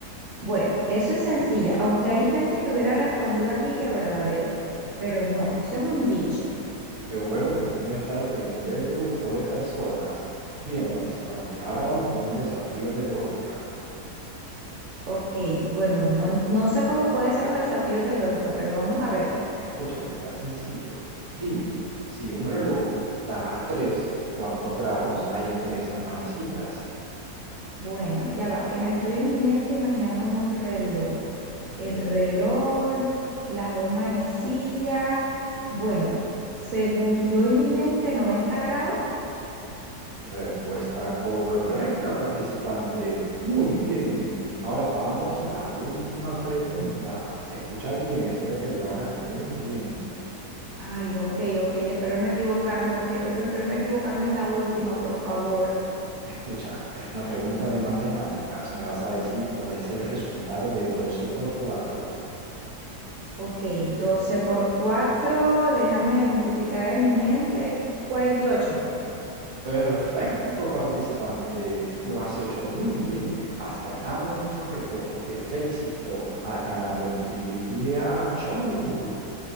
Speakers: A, on the right (about 60°); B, on the right (about 40°).
A: Bueno, eso es sencilla, aunque hay gente que hubiera respondido aquí que es verdadero, pero no, eso es un dicho.
B: Qué bueno que tú no estás en este grupo de personas. Bien, participante, ahora vamos con un desafío de lógica.
A: Ok, bueno, no, no sé cómo pueden ser los desafíos de lógica, pero vamos a ver.
B: Escucha que será sencillo. Dime, si un reloj da las 3, ¿cuántos grados hay entre esas manecillas?
A: Bueno, ya va, que me estoy en mi mente imaginándome un reloj. El reloj, las dos manecillas. Bueno, según yo en mi mente, 90 grados.
B: Respuesta correcta, participante. Muy bien. Ahora vamos a la última pregunta. Escucha bien, espero que lo hagas muy bien.
A: Ay, ok, ok, espero no equivocarme, no, que- no- espero no equivocarme en la última, por favor.
B: Escucha, es una pregunta de matemáticas. Me vas a decir cuál es el resultado de doce por cuatro.
A: Ok, 12 por 4. déjame multiplicar en mi mente, 48.
B: Perfecto, participante. Lo has hecho muy bien. Has ganado nuestro reto. Te felicito. Has ganado el Trivia Show.